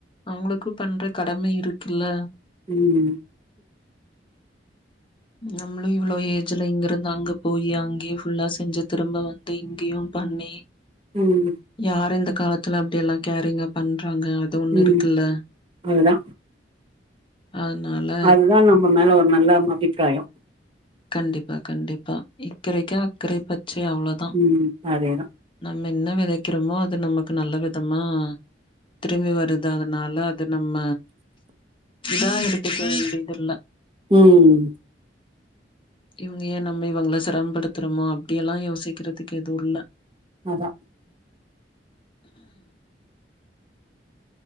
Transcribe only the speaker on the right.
ம்
ம்
ம்
அதுதா
அதுதா நம்ம மேல ஒரு நல்ல ம் அபிப்ராயோ
ம் அதேதா
ம்
அதா